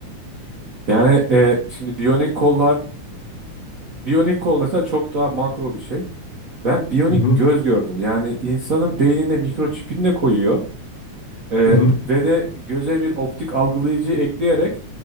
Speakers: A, on the right (about 70°); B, on the left (about 50°).
A: Yani e, şimdi biyonik kollar, biyonik kol mesela çok daha makro bir şey. Ben biyonik
B: Hı hı.
A: göz gördüm. Yani insanın beynine mikroçipini de koyuyor. E,
B: Hı hı.
A: ve de göze bir optik algılayıcı ekleyerek